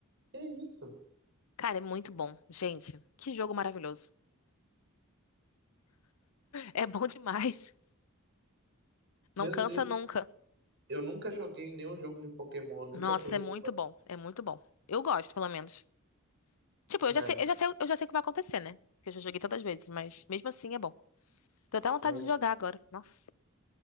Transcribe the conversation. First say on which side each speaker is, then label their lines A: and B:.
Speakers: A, on the right; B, on the left.
A: Que isso?
B: Cara, é muito bom. Gente, que jogo maravilhoso. <laughs> É bom demais. Não
A: Meu
B: cansa
A: Deus.
B: nunca.
A: Eu nunca joguei nenhum jogo de Pokémon, eu nunca
B: Nossa,
A: fui muito.
B: é muito bom. É muito bom. Eu gosto, pelo menos. Tipo, eu
A: Ai,
B: já sei, eu já sei, eu já sei o que vai acontecer, né? Porque eu já joguei tantas vezes, mas mesmo assim é bom. Tô até vontade
A: mas
B: de jogar agora. Nossa.